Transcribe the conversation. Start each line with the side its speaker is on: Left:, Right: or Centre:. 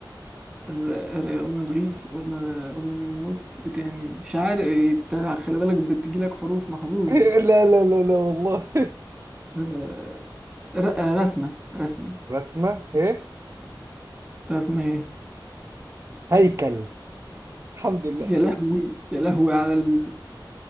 Centre: ر- ر- قلنا رغيف قلنا قلنا ريموت إيه تاني مش عارف إيه، إنت خلي بالك بتجيلك حروف محظوظ
Right: <laughs>
Centre: انت
Right: لا لا لا لا والله
Centre: آه، ر- آه، رسمة رسمة
Right: رسمة ايه
Centre: رسمة ايه
Right: هيكل الحمد لله
Centre: يا لهوي يا لهوي على ال...